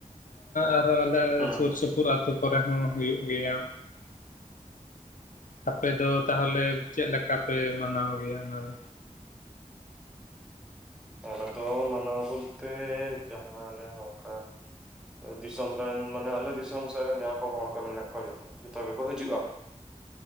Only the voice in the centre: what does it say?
ᱦᱩᱸ
ᱦᱩᱸ
ᱟᱞᱮ ᱫᱚ ᱢᱟᱱᱟᱣ ᱵᱚᱞᱛᱮ ᱡᱟᱦᱟᱸᱞᱮ ᱚᱝᱠᱟ ᱫᱤᱥᱚᱢ ᱨᱮᱱ ᱢᱟᱱᱮ ᱟᱞᱮ ᱫᱤᱥᱚᱢ ᱥᱮᱫ ᱨᱮᱱ ᱡᱟᱦᱟᱸ ᱠᱚ ᱦᱚᱲ ᱠᱚ ᱢᱮᱱᱟᱜ ᱠᱚᱣᱟ ᱡᱷᱚᱛᱚ ᱡᱷᱚᱛᱚ ᱜᱮᱠᱚ ᱦᱤᱡᱩᱜᱼᱟ